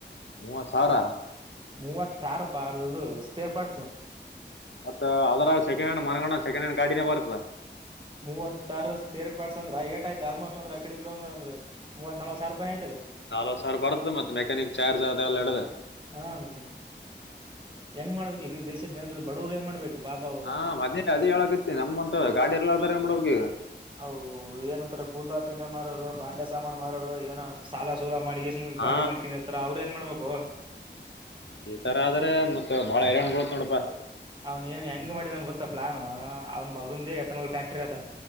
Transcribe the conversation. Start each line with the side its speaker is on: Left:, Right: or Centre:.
Left: ಮೂವ ಸಾರ
Right: ಮೂವತ್ತಾರು ಅಪ್ಪ ಆದದು ಸ್ಪೇ ಪಾರ್ಟಸ್
Left: ಮತ್ತ ಅದರಾಗ ಸೆಕೆಂಡ್ ಹ್ಯಾಂಡ್ ಮನ್ಗನ ಸೆಕೆಂಡ್ ಹ್ಯಾಂಡ್ ಗಾಡಿನ ಬರ್ತದ
Right: ಮೂವತ್ತರ್ ಪಪೇಟ್ ಪ್ಟಸ್ ಅಂದ್ರ ಏ ಆಯ್ತ ಆಲ್ಮೋಸ್ಟ್ ಅಂದ್ರ ಅಕಡಿಡ್ರಂದ್ರ ಮೂವತ್ ನಲ್ ಸಾವಿ ರೂಾಯಿ ಆಯ್ತಲ್ಲ.
Left: ನಾಲ್ವ್ ಸಾವರ ಬರ್ತದೆ ಮತ್ತತ್ ಮೆಕ್ಯಾನಿಕ್ ಚಾರ್ಜ್ ಅದೆ ಎಲ್ಲ ಇಡ್ದದೆ.
Right: ಹಾ -ಮತ್ತ ಹೆಂಗ್ ಮಾಡ್ಬೇಕು ಈಗ ದೇಶದ ಜನರ ಬಡವರು ಹೆಂಗ ಮಾಡ್ಬೇಕು. ಪಾಪ ಅವು
Left: ಹಾ- ಮದೇ ಅದೇ ಹೇಳಕತಿ ನಮ್ಂತ ಗಾಡಿ ಎಲ್ಲ ಅದ್ರ ಮಾಡ್ಬೇಕು ಈಗ
Right: ಹ- ಏನಂತರ ಕೂದಾಪಿನ ಮಾರರು. ಬಾಂಡೆ ಸಾಮಾನು ಮಾರೋರು ಏನ ಸಾಲ ಸೂಲ ಮಾಡಿ
Left: ಹಾ
Right: ಗಾಡಿ ಮಾಡ್ಕೊಂಡ ಇರ್ತಾರ ಅವ್ರರು ಏನ್ ಮಾಡ್ಬೇಕು.
Left: ಈ ತರ ಆದ್ರೆ ಮತ್ತತ್ ಬಾಳ ಏಟ್ ಬೀಳ್ತೈತಿ ನೋಡಪ್ಪಾ.
Right: ಅವ್ನ್ ಏನ್ ಹೆಂಗ ಮಾಡಿದಂಗ ಗೊತ್ತಾ ಪ್ಲಾನ್ ಅವನ ಮಗಂದೇ ಎತ್ತನಲ್ ಫ್ಯಾಕ್ಟ್ರಿ ಅದ.